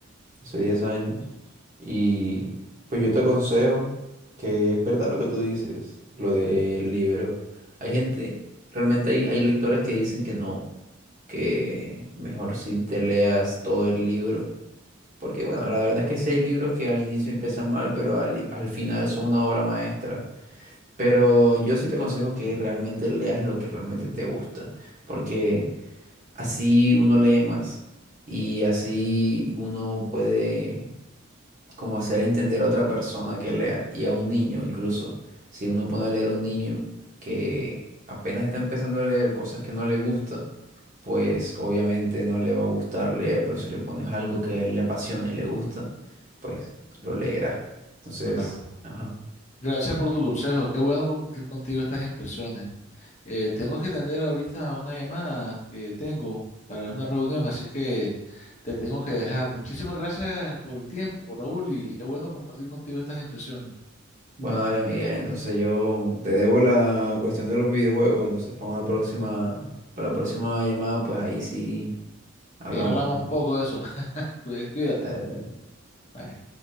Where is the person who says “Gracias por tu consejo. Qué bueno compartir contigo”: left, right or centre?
Left